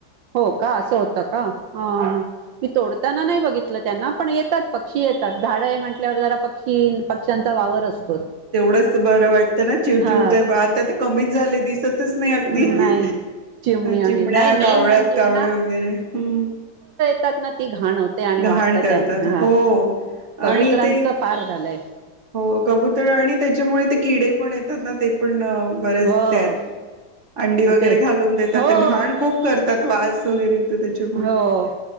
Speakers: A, on the right; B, on the right.
A: हो का? असं होतं का? हा. मी तोडताना नाही बघित तल त्यांना, पण येतात, पक्षी येतात, झाडं आहे म्हटल्यावर जरा पक्षी पक्ष्यांचा वावर असतो.
B: तेवढंच बरं वाटतं ना चिव
A: हा
B: चिव ते आता तर कमीच झाले दिस दिसतच नाही अगदी
A: नाही चिमणी आणि
B: चिमण्या,
A: नाही मेन
B: कावळ्यात
A: म्हणजे
B: कावळे वगैरे हम्म
A: असतात न ती घ घान होतय आणि वाटत
B: घाण करतात
A: पण
B: हो
A: कबुतरांचं
B: आणि ते
A: फार झालंय.
B: हो कबुतर आणि त्य- त्याच्यामुळे ते किडे पण येतात ना ते पण- बरेच
A: हो
B: त्यात अंडी वगैरे
A: ते
B: घालून देतात
A: हो
B: घाण खूप करतात, वास वगैरेे येतो. त्याच्यामुळे
A: हो